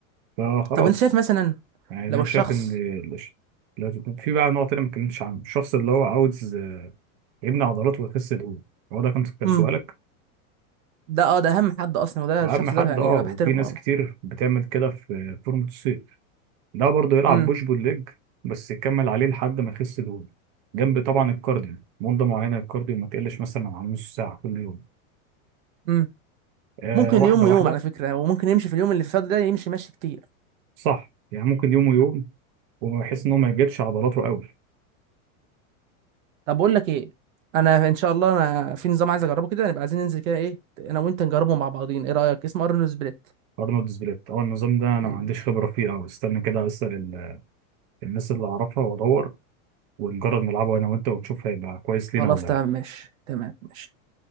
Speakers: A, on the right; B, on the right.
A: فخلاص
B: طب انت شايف مثلا
A: يعني انا
B: لو الشخص
A: شايف ان الش- لازم- في بقى نوع تاني ما اتكلمتش عنه الشخص اللي هو عاوز يبني عضلات ويخس دهون هو ده كان كان
B: امم
A: سؤالك
B: ده اه ده اهم حد اصلا وده
A: اهم
B: الشخص
A: حد
B: ده يعني
A: اه
B: انا
A: وفي
B: بحترمه
A: ناس
B: قوي
A: كتير بتعمل كده في فورمة الصيف ده برضه يلعب
B: امم
A: بوش بول ليج بس يكمل عليه لحد ما يخس دهون جنب طبعا الكارديو مدة معينة الكارديو ما تقلش مثلا عن نص ساعة كل يوم
B: امم
A: آه
B: ممكن
A: واحدة
B: يوم ويوم
A: واحدة
B: على فكره وممكن يمشي في اليوم اللي فات ده يمشي ماشي كتير
A: صح يعني ممكن يوم ويوم وما يحس ان هو ما يجدش عضلاته قوي
B: طب بقول لك ايه انا ان شاء الله انا في نظام عايز اجربه كده نبقى عايزين ننزل كده ايه انا وانت نجربه مع بعضين ايه رايك اسمه ارنولد سبليت
A: ارنولد سبليت اه النظام ده انا
B: مم.
A: ما عنديش خبره فيه قوي استنى كده اسال ال- الناس اللي اعرفها وادور ونجرب نلعبه انا وانت ونشوف هيبقى كويس لينا
B: خلاص
A: ولا
B: تمام
A: لا
B: ماشي تمام ماشي